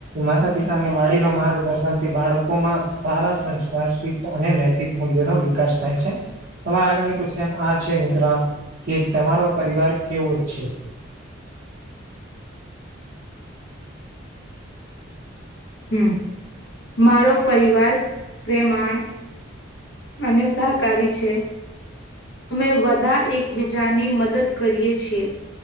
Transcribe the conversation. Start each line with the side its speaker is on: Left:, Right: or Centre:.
Right: માતા પિતા ની વાડી ન માર્ગદર્શન થી બાળકોમાં સારા સંસ્કાર અને, નૈતિક મૂલ્યો નો વિકાસ થાય છે તમારે આગળની આ છે, મિત્ર કે તમારો પરિવાર કેવો છે.
Left: હમ, મારો પરિવાર પ્રેમાણ અને સહકારી છે, તમે બધા એકબીજાની મદદ કરીએ છીએ